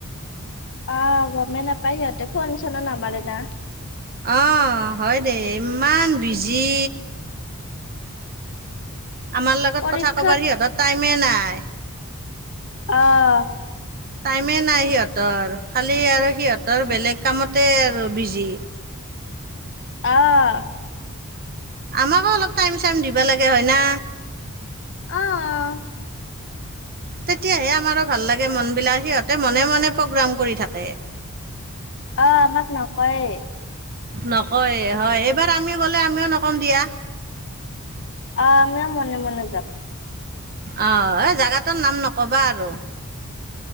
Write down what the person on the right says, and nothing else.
অ' হয় দিয়া ইমান বিজি। আমাৰ লগত
কথা ক'বৰ সিহঁতৰ টাইমেই নাই।
টাইমেই নাই সিহঁতৰ খালি আৰু সিহঁতৰ
বেলেগ কামত তাতে আৰু বিজি।
আমাকো অলপ টাইম-চাইম দিব লাগে হৈ না।
তেতিয়াহে আমাৰো ভাল লাগে মনবিলাক, সিহঁতে মনে-মনে প্ৰগ্ৰাম কৰি থাকে।
নক'য়ে হয়, এইবাৰ আমি গ'লে আমিও নকওঁ দিয়া।
অ' এই জেগাটোৰ নাম নক'বা আৰু।